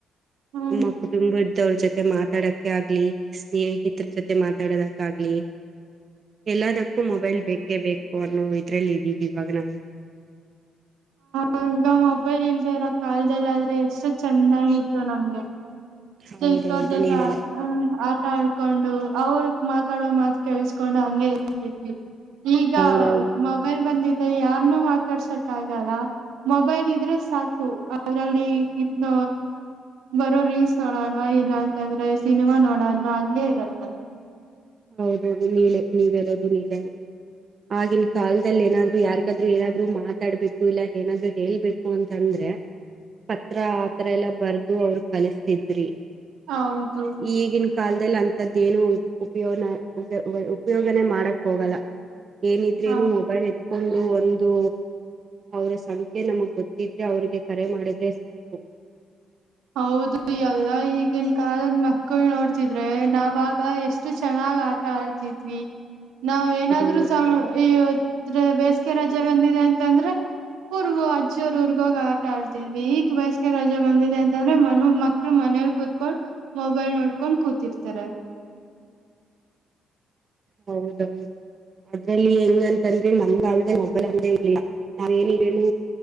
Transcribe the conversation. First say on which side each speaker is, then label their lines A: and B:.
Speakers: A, on the right; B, on the right.
A: ಹ್ಮ್
B: ನಮ್ಮ ಕುಟುಂಬ ತ್ತವ್ರ ಜೊತೆ ಮಾತಾಡಕ ಆಗ್ಲಿ ಸ್ನೇಹಿತರ ಜೊತೆ ಮಾತಾಡದಕ್ಕ ಆಗ್ಲಿ ಎಲ್ಲದಕ್ಕೂ ಮೊಬೈಲ್ ಬೇಕೇ ಬೇಕು ಅ ನೋ ಇದ್ರಲ್ಲಿ ಇದೀವಿ ಇವಾಗ ನಾವು
A: ಹಂಗ ಮೊಬೈಲ್ ಇಲ್ದ ಇರ ಕಲ್ದಲ್ಲ ಆದ್ರೆ ಎಷ್ಟು ಚೆಂದಾಗಿತ್ತು ನಮ್ಗೆ ಸ್ಟ್ರೈಕರ್
B: ಹೌದೌದು
A: ಜೊತೆ
B: ನೀವೆಲ್ಲ
A: ಆ ಆಡ್ಕೊಂಡು ಅವ್ರ ಮಾತಾಡೋ ಮಾತ್ ಕೇಳಸ್ಕೊಂಡು ಹಂಗೆ ಇರ್ತಿದ್ವಿ ಈಗ
B: ಹೌದೌದು
A: ಮೊಬೈಲ್ ಬಂದ ಯಾರನ್ನು ಮಾತಾಡ್ಸಕ್ ಆಗಲ್ಲ. ಮೊಬೈಲ್ ಇದ್ರೆ ಸಾಕು ಅದ್ರಲ್ಲಿ ಇದ ಬರೋ ರೀಲ್ಸ್ ನೋಡನ್ವಾ ಇಲ್ಲ ಅಂತಂದ್ರೆ ಸಿನಿಮಾ ನೋಡಲ್ವಾ ಹಂಗೆ ಇರತ್ತೆ
B: ಹೌದೌದು ನೀಲೆ ನೀವೆಲ್ಲದು ನೀಜನೆ. ಆಗಿನ ಕಾಲದಲ್ಲಿ ಏನಾದ್ರು ಯಾರ್ಗಾದ್ರು ಏನಾದ್ರು ಮಾತಾಡ್ಬೇಕು ಇಲ್ಲ ಏನಾದ್ರು ಹೇಳ್ಬೇಕು ಅಂತಂದ್ರೆ ಪತ್ರ ಆತರ ಎಲ್ಲಾ ಬರ್ದು ಅವರು ಕಲಿಸತಿದ್ರಿ.
A: ಹೌದು
B: ಈಗಿನ ಕಾಲದಲ್ಲಿ ಅಂತ ಅದೇನು ಉಪಯೋನ ಉ ಉಪಯೋಗನೆ ಮಾಡಕ್ ಹೋಗಲ್ಲ. ಏನಿದ್ರೇನು
A: ಹಾ
B: ಮೊಬೈಲ್ ಎ ಕೊಂಡ ಒಂದು ಅವ್ರ ಸಂಖ್ಯೆ ನಮಗ್ ಗೊತ್ತಿದ್ರೆ ಅವ್ರಿಗೆ ಕರೆ ಮಾಡಿದ್ರೆ ಸಾಕು.
A: ಹೌದು ಎಲ್ಲ ಈಗಿನ ಕಾಲದ ಮಕ್ಳ ನೋಡ್ತಿದ್ರೆ ನಾವಾಗ ಎಷ್ಟು ಚೆನ್ನಾಗ್ ಆಟ ಆಡ್ತಿದ್ವಿ. ನಾವ್
B: ಹೌದೌದು
A: ಏನಾದ್ರೂ ಸ್ ಈವ್ ಆದ್ರೆ ಬೇಸಿಗೆ ರಜೆ ಬಂದಿದೆ ಅಂತ ಅಂದ್ರೆ ಊರಗೆ ಅಜ್ಜಿಯವ್ರ ಊರಿಗೆ ಹೋಗಿ ಆಟ ಆಡ್ತಿದ್ವಿ. ಈಗ ಬೇಸಿಗೆ ರಜೆ ಬಂದಿದೆ ಅಂತ ಅಂದ್ರೆ ಮನು ಮಕ್ಕಳು ಮನೆಯಲ್ಲಿ ಕೂತ್ಕೊಂಡು ಮೊಬೈಲ್ ನೋಡ್ಕೊಂಡ್ ಕೂತಿರ್ತಾರೆ.
B: ಹೌದ ಹೌದು ಅದ್ರಲ್ಲಿ ಹೆಂಗ ಅಂತ ಅಂದ್ರೆ ನಮ್ ಆಲ್ರೆಡಿ ಮೊಬೈಲ್ ಅಂದೇ ಇಲ್ಲ. ನಾವೇ ಏನೇಏನು